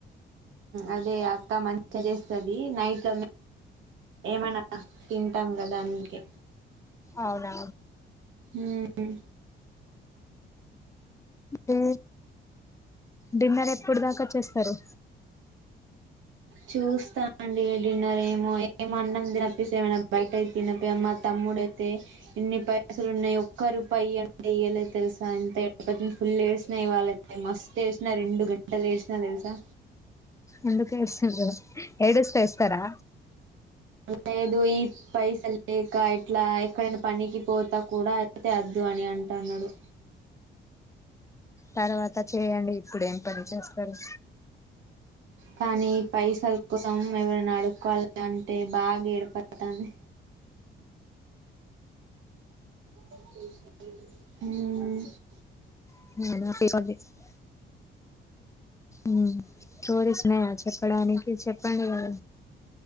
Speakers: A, on the right; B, on the left.
A: అదే అక్క మంచిగా చేస్తుది నైట్ ఏమన్నా తింటాం గదా అనీటికి
B: అవునా
A: ఉం
B: ఉం డిన్నర్ ఎప్పుడు దాకా చేస్తారు
A: చూస్తానండి డిన్నర్ ఏమో ఎ ఏమ అన్నం తినప్పేస ఏమనా బయటయి తినప్పమ్ మా తమ్ముడైతే ఇన్ని పే అసలు ఉన్నాయి ఒక్క రూపాయి ఇయ్యి అంటే ఇయ్యలేదు తెలుసా ఎంత ఫుల్ ఏడ్చినా ఇవాళైతే మస్త్ ఏడ్చినా రెండు గంటలు ఏడ్చినా తెలుసా
B: ఎందుకుఎడ్చిన్లు ఏడుస్తే ఇస్తస్తారా
A: లేదు యి పైసలు లేక ఇట్లా ఎక్కడైనా పనికి పోతా కూడా అయితే వద్దు అని అంటు అన్నాడు
B: తర్వాత చేయండి ఇప్పుడు ఎ పని చేస్తారు
A: కానీ పైసలు కోసం ఎవరైనా అడుకోవాలి కాని బాగా ఏడుపాతనంది ఉం
B: అ ఉ స్టోరీస్ ఉన్నాయా చెప్పడానికి చెప్పండి కదా